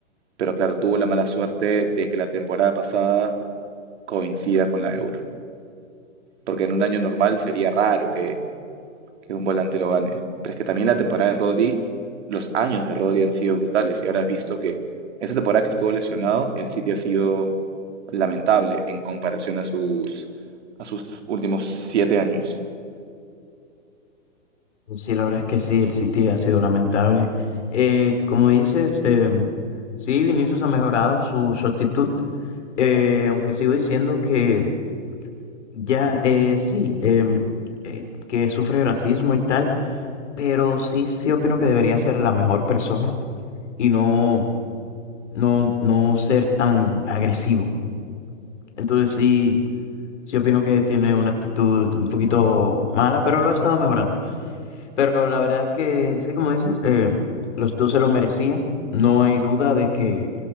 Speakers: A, on the right; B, on the left.
A: pero claro, tuvo la mala suerte de que la temporada pasada coincida con la Euro, porque en un año normal sería raro que que un volante lo gane. Pero es que también la temporada de Rodri, los años de Rodri han sido brutales y ahora has visto que esa temporada que estuvo lesionado, el City ha sido lamentable en comparación a sus, a sus últimos siete años.
B: pues sí, la verdad es que sí, el City ha sido lamentable. Eh, como dices, em, sí, Vinicius ha mejorado su, su actitud, eh, aunque sigo diciendo que ya, eh, sí, em, eh, que sufre racismo y tal, Pero sí, sí opino que debería ser la mejor persona y no, no, no ser tan agresivo. Entonces sí, sí opino que tiene una actitud un poquito mala, pero lo ha estado mejorando. Pero la verdad es que sí, como dices, eh, los dos se lo merecían. No hay duda de que,